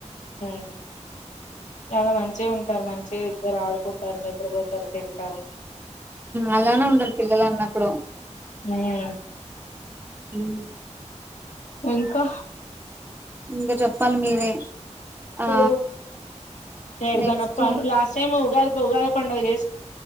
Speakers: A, on the left; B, on the right.
A: మ్ చాలా మంచి ఉం టర్ మంచిగా ఇద్దరు ఆడుకుంటరు, నిద్రపోతరు, తింటరు.
B: అలానే ఉండలి పిల్లలన్నప్పుడు
A: ఉమ్
B: ఊ
A: ఇంకా
B: ఇంకా చెప్పాలి మీరే ఆ
A: ఊ ఎడుకనప్ప
B: నెక్స్ట్
A: లాస్ట్ టైమ్ ఉగా ఉగాది పండగ చేస్